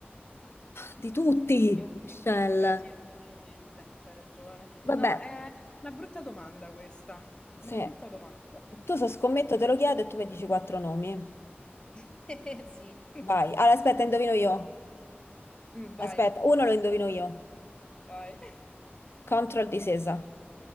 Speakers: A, on the left; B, on the left.
A: di tutti,
B: Unica.
A: Michelle.
B: Beh, sì, effettivamente, c'hai ragione.
A: Vabbè,
B: No, è una brutta domanda questa. Una
A: Sì.
B: brutta domanda.
A: Tu so scommetto,
B: Sì.
A: te lo chiedo e tu mi dici quattro nomi.
B: <laughs> Sì.
A: Vai. Allora, aspetta, indovino io.
B: Mm,
A: Aspetta,
B: Vai,
A: uno lo indovino io.
B: vai.
A: Control disesa.